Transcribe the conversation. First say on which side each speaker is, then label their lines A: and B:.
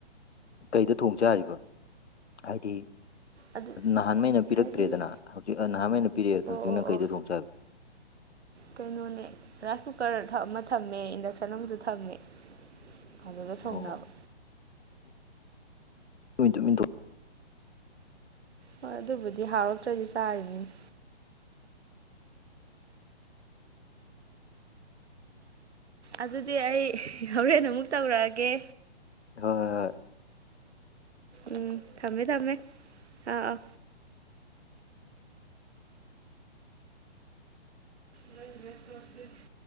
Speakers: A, on the left; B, on the right.
A: ꯀꯩꯗ ꯊꯣꯡꯖꯥꯔꯤꯕ ꯍꯥꯏꯗꯤ
B: ꯑꯗꯨ
A: ꯅꯍꯥꯟꯃꯩꯅ ꯄꯤꯔꯛꯇ꯭ꯔꯦꯗꯅ
B: ꯍꯥꯏꯗꯤ
A: ꯍꯧꯖꯤꯛ ꯅꯍꯥꯟꯋꯥꯩꯅ ꯄꯤꯔꯛꯦꯗꯣ
B: ꯑꯣ ꯑꯣ
A: ꯍꯧꯖꯤꯛꯅ ꯀꯩꯗ
B: ꯑꯣ
A: ꯊꯣꯡ ꯆꯕꯒꯦ
B: ꯀꯩꯅꯣꯅꯦ ꯔꯥꯏꯁ ꯀꯨꯀꯔ ꯑꯃ ꯊꯝꯃꯦ ꯏꯟꯗꯛꯁꯟ ꯑꯃꯁꯨ ꯊꯝꯃꯦ ꯐꯖꯅ ꯊꯣꯡꯅꯕ
A: ꯑꯣ ꯃꯤꯇꯣ
B: ꯍꯣꯏ ꯑꯗꯨꯕꯨꯗꯤ ꯍꯥꯎꯔꯛꯇ꯭ꯔꯗꯤ ꯆꯥꯔꯤꯅꯤꯅꯦ ꯑꯗꯨꯗꯤ ꯑꯩ ꯍꯣꯔꯦꯟ ꯑꯃꯨꯛ ꯇꯧꯔꯛꯑꯒꯦ
A: ꯍꯣꯏ ꯍꯣꯏ ꯍꯣꯏ
B: ꯎꯝ ꯊꯝꯃꯦ ꯊꯝꯃꯦ ꯑꯥ ꯑꯥ ꯅ ꯦꯁꯔꯣ ꯐ꯭ꯔꯤꯀꯤ